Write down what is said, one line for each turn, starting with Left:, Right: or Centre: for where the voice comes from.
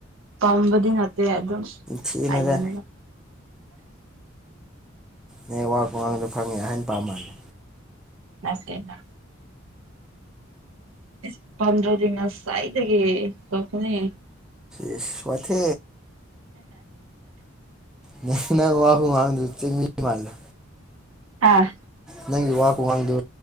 Right: ꯀꯝꯕꯗꯤꯅꯠꯇ ꯑꯗꯨ ꯑꯗꯨ
Centre: ꯊꯤꯅꯗ
Right: ꯍꯥꯏꯏꯅꯤꯅ
Centre: ꯅꯦꯠꯋꯥꯛ ꯋꯥꯉꯥꯡꯗꯣ ꯐꯪꯉꯦ ꯍꯥꯏꯅ ꯄꯥꯝꯃꯜꯅꯤ
Right: ꯅꯁꯦꯅ ꯑꯩꯁ ꯄꯥꯝꯗ꯭ꯔꯗꯤ ꯉꯁꯥꯏꯗꯒꯤ ꯊꯣꯛꯄꯅꯤ
Centre: ꯏꯁꯩ ꯋꯥꯊꯤ ꯅ ꯅꯪ ꯃꯈ ꯃꯥꯥꯡꯗ ꯃꯤ ꯃꯥꯔꯂ
Right: ꯑꯥ
Centre: ꯅꯪꯒꯤ ꯋꯥ ꯈꯨꯒꯥꯡꯗꯨ